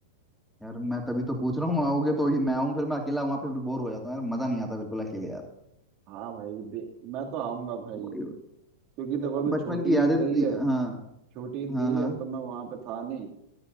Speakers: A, in the centre; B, on the right.
A: यार मैं तभी तो पूछ रहा हूँ आओगे तो ही मैं आऊँ फिर मैं अकेला वहां पे फिर बोर हो जाता हूँ यार मजा नहीं आता बिल्कुल अकेले यार
B: हाँ भाई दे, मैं तो आऊंगा भाई
A: वही वही।
B: क्योंकि देखो अभी
A: बचपन
B: छोटी
A: की यादें
B: ईद गई
A: थी-
B: है
A: हाँ
B: छोटी ईद
A: हाँ
B: गई
A: हाँ
B: है तो मैं वहां पे था नहीं